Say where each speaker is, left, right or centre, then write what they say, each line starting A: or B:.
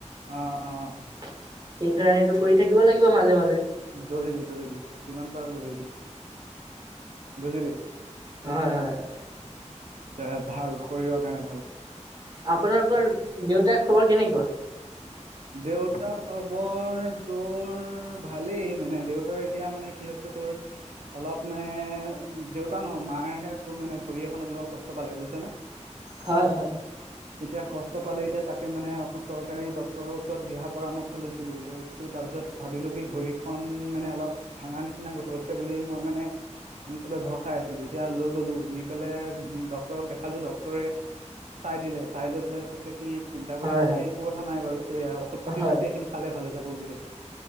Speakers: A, on the right; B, on the right.
A: অ', অ'।
B: সেইকাৰণে এইটো কৰি থাকিব লাগিব মাজে মাজে।
A: দৌৰিবি, দৌৰিবি, যিমান পাৰ দৌৰিবি, বুজিলি।
B: হয়, হয়, হয়।
A: এ ভাল শৰীৰৰ কাৰণে ভাল।
B: আপোনালোকৰ দেউতাৰ খবৰ কেনেকুৱা?
A: দেউতা খবৰ তোৰ ভালেই মানে দেউতাৰ এতিয়া মানে কি হৈছে টোৰ অলপ মানে উ দেউতা নহয় মায়েহে তোৰ মানে ভৰি এখনত অলপ কষ্ট পালে বুজিছানে?
B: হয় হয়।
A: এতিয়া কষ্ট পালে এতিয়া তাকে মানে অ চ কাৰী ডক্টৰৰ ওচৰত দিহা পৰামৰ্শ লৈছিলোঁ। লৈ তাৰপিছত ভাবিলোঁ কি ভৰিখন মানে অলপ ভাঙা নিচিনা হৈছে বুলি মই মানে আমি চবে ভৰ খাই আছিলোঁ, এতিয়া লৈ গ'লো নি পেলাই ডক্টৰক দেখালোঁ। ডক্টৰে চাই দিলে চাই পেলাই কৈছে কি চিন্তা
B: হয়
A: কৰিবলগীয়া
B: হয়
A: এক কথা নাই বাৰু যে ঔষধ পাতি
B: হয়
A: দিছে সেইখিনি খালে ভাল হৈ যাব বুলি কৈছে